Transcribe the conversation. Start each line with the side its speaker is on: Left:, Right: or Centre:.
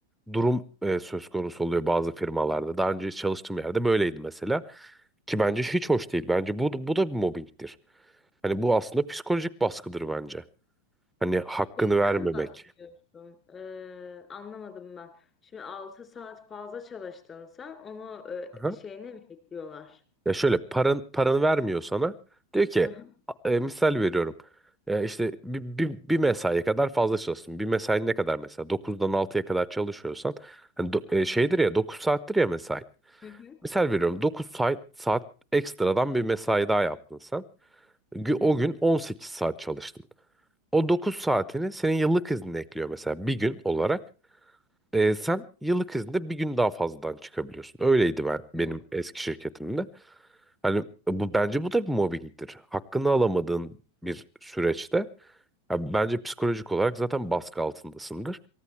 Centre: durum e, söz konusu oluyor bazı firmalarda. Daha önce çalıştığım yerde böyleydi mesela. Ki bence hiç hoş değil. Bence bu, bu da bir mobbingdir. Hani bu aslında psikolojik baskıdır bence. Hani hakkını
Left: şeyden
Centre: vermemek.
Left: mi bahsediyorsun? Eee, anlamadım ben. Şimdi 6 saat fazla çalıştın sen. Onu eee,
Centre: Aha.
Left: şeyini mi ekliyorlar?
Centre: Ya şöyle paran, paranı vermiyor sana. Diyor ki
Left: Hı hı.
Centre: a- e, misal veriyorum. E, işte bir, bir, bir mesaiye kadar fazla çalışsın. Bir mesai ne kadar mesela? Dokuzdan altıya kadar çalışıyorsan. Hani do- e, şeydir ya 9 saattir ya mesai.
Left: Hı hı.
Centre: Misal veriyorum 9 saat, saat ekstradan bir mesai daha yaptın sen. Gü-
Left: Hı
Centre: O gün 18 saat çalıştın. O 9 saatini senin yıllık iznine ekliyor mesela bir gün olarak. Ee, sen yıllık izinde bir gün daha fazladan çıkabiliyorsun. Öyleydi ben benim
Left: hı.
Centre: eski şirketimde. Hani bu bence bu da bir mobbingdir. Hakkını alamadığın bir süreçte ya bence psikolojik olarak zaten baskı altındasındır.